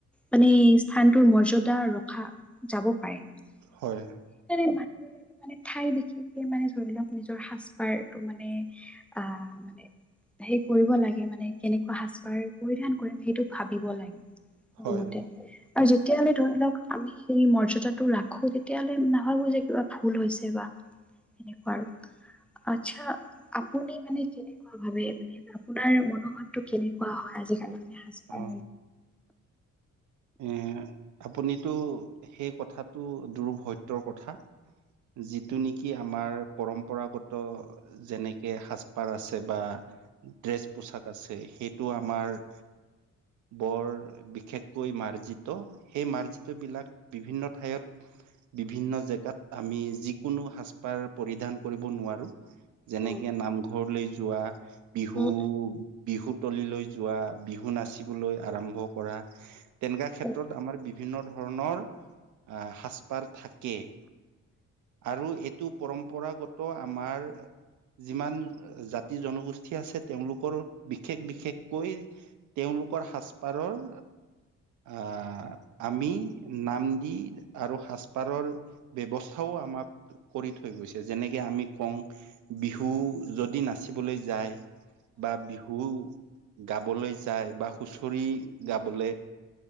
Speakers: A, in the centre; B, on the right.
A: মানে স্থানটোৰ মৰ্যদা ৰখা যাব পাৰে সেইকাৰণে
B: হয়
A: ম <unintelligible>
B: <inaudible>
A: ঠাই বিশেষে মানে ধৰি লওক নিজৰ সাজ পাৰটো মানে আহ মানে। সে কৰিব লাগে মানে কেনেকুৱা সাজ পাৰ পৰিধান কৰিম সেইটো ভাবিব লাগে মোৰ
B: হয়
A: মতে। আৰু যেতিয়াহলে ধৰি লওক আমি সেই মৰ্যদাটো ৰাখো তেতিয়াহ'লে নাভাবো যে কিবা ভুল হৈছে বা সেনেকুৱা আৰু। আচ্ছা আপুনি মানে কেনেকুৱা ভাবে মানে আপোনাৰ মনোভাৱটো কেনেকুৱা পোৱা হয় আজিকালি মানে সাজ পাৰ।
B: অ এ আপুনিতো সেই কথাটো দুৰভত্যৰ কথা যিটো নেকি আমাৰ পৰম্পৰাগত যেনেকে সাজপাৰ আছে বা ড্ৰেছ পোচাক আছে সেইটো আমাৰ বৰ বিশেষকৈ মাৰ্জিত সেই মাৰ্জিত বিলাক বিভিন্ন ঠাইত বিভিন্ন জেগাত আমি যিকোনো সাজ পাৰ পৰিধান কৰিব নোৱাৰো যেনেকে
A: উম
B: নামঘৰলৈ যোৱা বিহু-বিহু
A: উম
B: তলী লৈ যোৱা যোৱা বিহু নাচিবলৈ আৰম্ভ কৰা তেনেকুৱা ক্ষেত্ৰত
A: উম
B: আমাৰ বিভিন্ন ধৰণৰ আহ, সাজপাৰ থাকে। আৰু এইটো পৰম্পৰাগত আমাৰ যিমান জাতি জনগোষ্ঠী আছে তেওঁলোকৰ বিশেষ-বিশেষ কৈ তেওঁলোকৰ সাজপাৰৰ আহ, আমি নাম দি আৰু সাজপাৰৰ ব্যৱস্থাও আমাক কৰি থৈ গৈছে যেনেকে আমি কও বিহু যদি নাচিবলৈ যায়। বা বিহু গাবলৈ যায় বা হুচৰি গাবলৈ